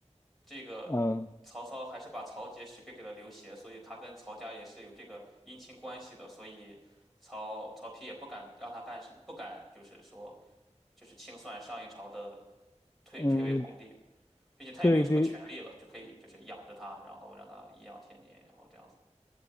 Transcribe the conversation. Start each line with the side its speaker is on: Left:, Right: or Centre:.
Centre: 这个曹操还是把曹节许配给了刘协，
Left: 嗯
Centre: 所以他跟曹家也是有这个姻亲关系的，所以曹曹丕也不敢让他干事，不敢就是说就是清算上一朝的退退位皇帝，
Left: 嗯，
Centre: 并且他也没有什么权利了，
Left: 对对
Centre: 就可以就是养着他，然后让他颐养天年，然后这样子。